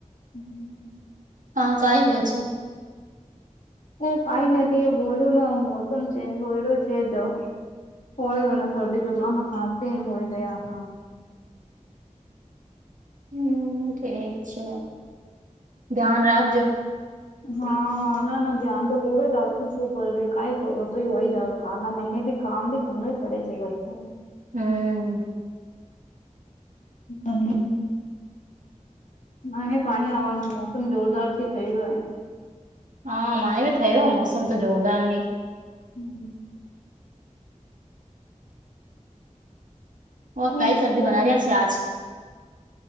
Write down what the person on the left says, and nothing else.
હમ્મ હમ્મ.
હું ફાઈ નથી એ બોલ્યું મોસમ ચેન્જ હોયલો છે જો હોય ના સર્દી, જુકામ ને ખાસી હોય ગયા થા.
હા ના ના ધ્યાન તો પૂરો રાખું છું પર બે કાઈ ફ તો હોય કાલના મહિને ભી કામ બી એમણે પડે છે હરખું.
<inaudible> નાને ભાણયો આવાનું મોસમ જોરદારથી થય રહ્યો હે.
હમ્મ.
ઠીક
છે